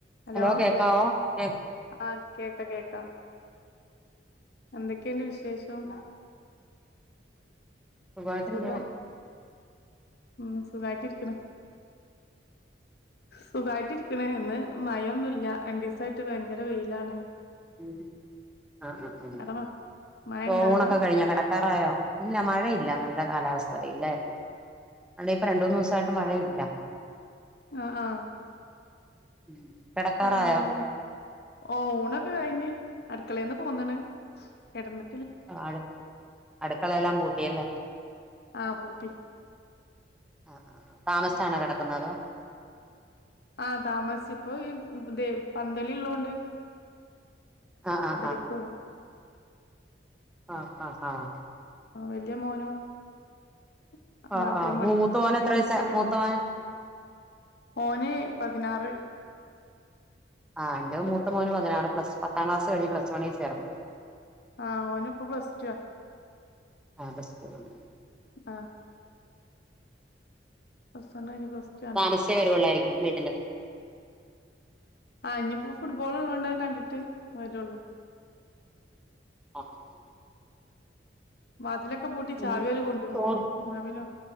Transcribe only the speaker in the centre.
കേക്കാവോ
കേ
സുഖാട്ടിരിക്കണ്
ഉം ആ ആ ആ
ചോണൊക്കെ
കഴിഞ്ഞോ കെടക്കാറായോ ഇല്ല മഴയില്ല നല്ല കാലാവസ്ഥ വെയിലാരുന്നു അല്ലേ ഇപ്പം രണ്ടൂന്നൂസായിട്ട് മഴയി ഇല്ല
ഉം കിടക്കാറായോ
ആ ആട്ക്ക് അടുക്കളെല്ലാം പൂ ട്ടിയല്ലേ
ആ ആ താമസിച്ചാണോ കെടക്കന്ന അതോ
ആ ആ
ആഹ് ആഹ് ആഹ്
ആ ആ മൂത്ത മോൻ എത്ര വയസാ
മൂത്ത മോൻ
ആഹ് എന്റെ മൂത്താ മോന് പതിനാറ് പ്ലസ് പത്താം ക്ലാസ് കഴിഞ്ഞ് പ്ലസ് വണ് ചേർന്ന്
ആഹ് പ്ലസ് ടു ആണ്
താമെസിച്ചേ വെരുള്ളാരിക്കും വീട്ടില്
ആഹ് അഹ്
പിന്നെ
ചോറ്